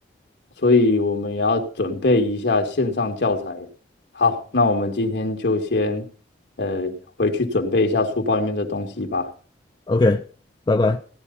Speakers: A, on the left; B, on the left.
A: 所以我们也要准备一下线上教材。好，那我们今天就先呃回去准备一下书包里面的东西吧。
B: OK，拜拜。